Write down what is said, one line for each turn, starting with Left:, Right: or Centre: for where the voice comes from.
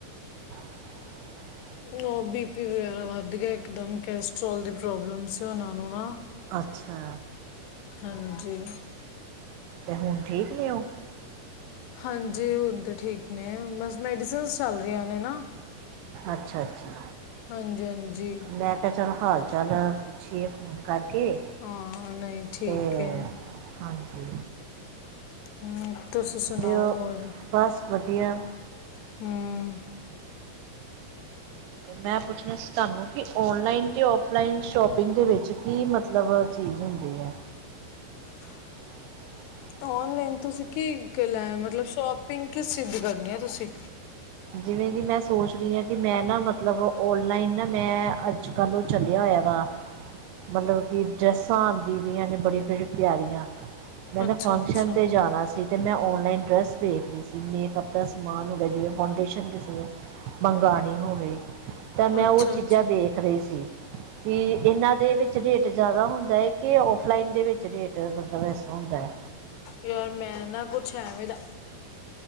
Right: <inaudible>
Left: ਨਾ ਬੀ ਪੀ ਵਗੈਰਾ ਵੱਧ ਗਿਆ ਇਕ ਦਮ, ਕੈਸਟਰ੍ਰੋਲ ਦੀ ਪ੍ਰੋਬਲਮ ਸੀ ਓਨਾਂ ਨੂੰ ਨਾ।
Right: ਅੱਛਾ।
Left: ਹਾਂਜੀ।
Right: ਤੇ ਹੁਣ ਠੀਕ ਨੇ ਓ?
Left: ਹਾਂਜੀ, ਹੁਣ ਤੇ ਠੀਕ ਨੇ ਬਸ ਮੈਡੀਸਨਸ ਚੱਲ ਰਈਆਂ ਨੇ ਨਾ।
Right: ਅੱਛਾ-ਅੱਛਾ।
Left: ਹਾਂਜੀ-ਹਾਂਜੀ।
Right: ਮੈਂ ਕੇਆ ਚਲ ਹਾਲ-ਚਾਲ ਪੁੱਛੀਏ ਫ਼ੋਨ ਕਰਕੇ।
Left: ਹਾਂ, ਨਈ ਠੀਕ
Right: ਤੇ
Left: ਏ।
Right: ਹਾਂਜੀ।
Left: ਹੂੰ, ਤੁਸੀ ਸੁਣਾਓ
Right: ਤੇ ਉਹ
Left: ਔਰ,
Right: ਬਸ ਵਧੀਆ
Left: ਹੂੰ।
Right: ਮੈਂ ਪੁੱਛਣਾ ਸੀ ਤਾਨੂੰ ਕਿ ਔਨਲਾਈਨ ਤੇ ਔਫਲਾਈਨ ਸ਼ੋਪਿੰਗ ਦੇ ਵੇਚ ਕੀ ਮਤਲਬ ਚੀਜ਼ ਹੁੰਦ ਦੀ ਐ।
Left: <inaudible>
Right: <inaudible>
Left: ਔਨਲਾਈਨ ਤੁਸੀਂ ਕੀ ਕਲੈ ਮਤਲਬ ਸ਼ੋਪਿੰਗ ਕਿਸ ਚੀਜ਼ ਦੀ ਕਰਨੀ ਏ ਤੁਸੀਂ?
Right: ਜਿਵੇਂ ਕਿ ਮੈਂ ਸੋਚ ਰੀ ਆਂ ਕਿ ਮੈਂ ਨਾ ਮਤਲਬ ਔਨਲਾਈਨ ਨਾ ਮੈਂ ਅ ਅੱਜ-ਕੱਲ ਓ ਚੱਲਿਆ ਹੋਇਆ ਵਾ ਮਤਲਬ ਕਿ ਡਰੈਸਾਂ ਆਂਦੀ ਪਈਆਂ ਨੇ ਬੜੀ-ਬੜੀ ਪਿਆਰੀਆਂ। ਮੈ ਨਾ
Left: ਅੱਛਾ-ਅੱਛਾ,
Right: ਫੰਕਸ਼ਨ ਤੇ ਜਾਨਾ ਸੀ। ਤੇ ਮੈਂ ਔਨਲਾਈਨ ਡਰੈੱਸ ਦੇਖ ਰੀ ਸੀ। ਮੇਕਅੱਪ ਦਾ ਸਮਾਨ ਹੋ ਗਿਆ ਜਿਵੇਂ ਫੋਡੇਸ਼ਨ ਕਿਸੇ ਮੰਗਾਣੀ ਹੋਵੇ ਤੇ ਮੈਂ
Left: ਅੱਛਾ-ਅੱਛਾ
Right: ਓ ਚੀਜ਼ਾਂ ਦੇਖ ਰੀ ਸੀ। ਕਿ ਏਨਾਂ ਦੇ ਵਿੱਚ ਰੇਟ ਜਾਦਾ ਹੁੰਦਾ ਏ, ਕੇ ਔਫਲਾਈਨ ਦੇ ਵਿੱਚ ਰੇਟ ਮਤਲਬ ਐਸਤਰਾ ਹੁੰਦਾ।
Left: ਯਾਰ ਮੈਂ ਨਾ ਕੁੱਛ ਐਵੇਂ ਦਾ